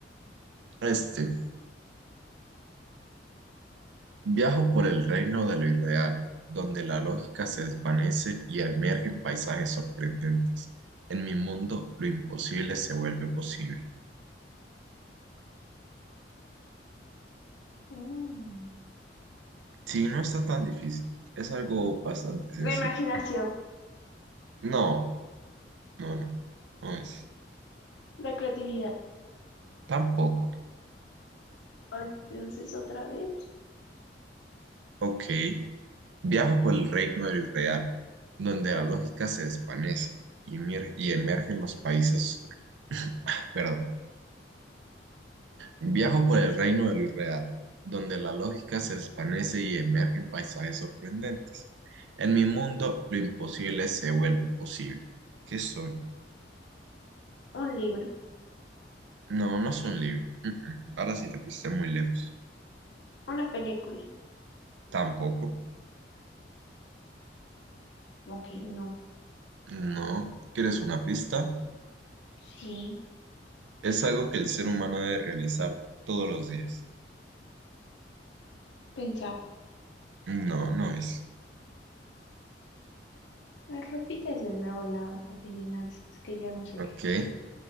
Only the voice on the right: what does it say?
Este, viajo por el reino de lo irreal, donde la lógica se desvanece y emergen paisajes sorprendentes. En mi mundo, lo imposible se vuelve posible.
Sí, no está tan difícil. Es algo bastante sencillo.
No, no, no, no es.
Tampoco.
Ok. Viajo por el reino del real, donde la lógica se desvanece y, emer- y emergen los países. <laughs> Perdón. Viajo por el reino del irreal, donde la lógica se desvanece y emergen paisajes sorprendentes. En mi mundo, lo imposible se vuelve posible. ¿Qué soy?
No, no es un libro. Mm, mm. Ahora sí te fuiste muy lejos.
Tampoco.
No. ¿Quieres una pista?
Es algo que el ser humano debe realizar todos los días.
No, no es.
Ok.